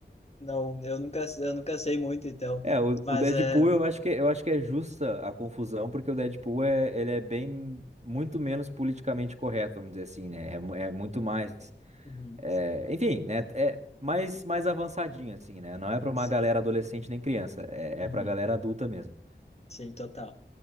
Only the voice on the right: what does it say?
É, o,
o Deadpool
eu acho que, eu acho que é justa a confusão, porque o Deadpool é, ele é bem, muito menos politicamente correto, vamos dizer assim, né? É, mu- é muito mais,
é, enfim, né? É mais, mais avançadinho, assim, né? Não é pra uma
galera adolescente nem criança, é,
é pra galera adulta mesmo.